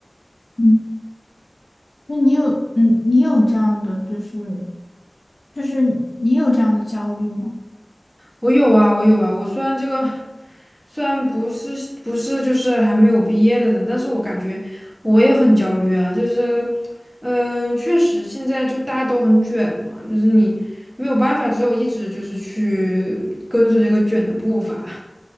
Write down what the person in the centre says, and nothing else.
我有啊，我有啊。我虽然这个虽然不是不是就是还没有毕业的人，但是我感觉我也很焦虑啊。就是，嗯、确实现在就大家都很卷嘛，就是你没有办法，只有一直就是去跟随这个卷的步伐。